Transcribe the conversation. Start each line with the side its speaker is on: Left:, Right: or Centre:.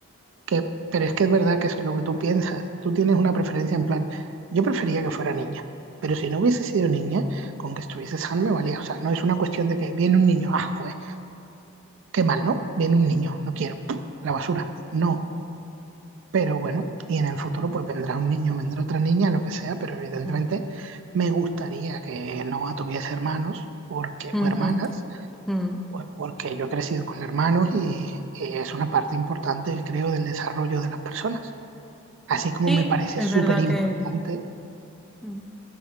Right: que, pero es que es verdad que eso es lo que tú piensas. Tú tienes una preferencia en plan, yo prefería que fuera niña, pero si no hubiese sido niña, con que estuviese sano me valía. O sea, no es una cuestión de que viene un niño, ah, joder, qué mal, ¿no? Viene un niño,
Centre: Mm,
Right: no quiero, a la basura, no.
Centre: mm,
Right: Pero bueno, y en el futuro pues vendrá un niño, vendrá otra niña, lo que sea, pero evidentemente
Centre: mm,
Right: me gustaría que no tuviese hermanos porque,
Centre: mm,
Right: o hermanas,
Centre: mm, mm.
Right: pues porque yo he crecido con hermanos y, y es una parte importante, creo, del desarrollo de las personas así como
Centre: Sí,
Right: me parece
Centre: es
Right: súper
Centre: verdad
Right: importante,
Centre: que mm,